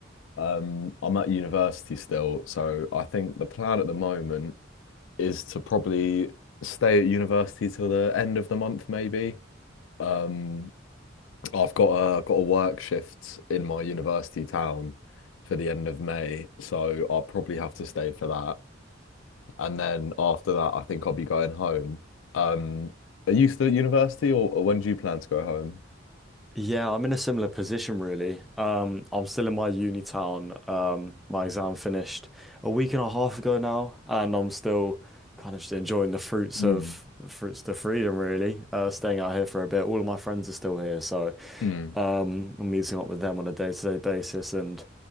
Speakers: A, on the left (about 80°); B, in the centre.
A: Um, I'm at university still, so I think the plan at the moment is to probably stay at university till the end of the month, maybe. Um, I've got a got a work shift in my university town for the end of May, so I'll probably have to stay for that and then after that, I think I'll be going home. Um, are you still at university, or, or when do you plan to go home?
B: Yeah, I'm in a similar position really. Um, I'm still in my uni town. Um, my exam finished a week and a half ago now, and I'm still kind of just enjoying the fruits
A: Mm,
B: of the fruits of freedom really. Uh, staying out here for a bit. All of my friends are still here, so
A: mm,
B: Um, I'm meeting up with them on a day-to-day basis, and